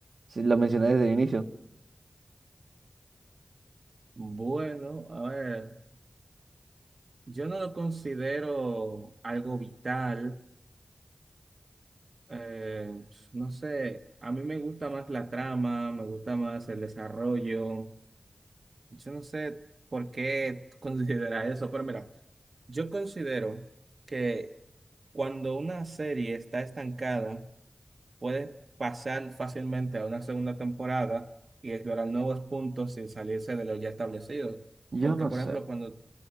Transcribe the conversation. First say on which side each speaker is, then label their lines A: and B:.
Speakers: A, on the right; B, on the right.
A: Si lo mencioné desde el inicio.
B: Bueno, a ver, yo no lo considero algo vital. eh, no sé, a mí me gusta más la trama, me gusta más el desarrollo. Yo no sé por qué tú consideras eso, pero mira, yo considero que cuando una serie está estancada, puede pasar fácilmente a una segunda temporada y explorar nuevos puntos sin salirse de lo ya establecido.
A: Yo
B: Porque,
A: no
B: por
A: sé,
B: ejemplo, cuando,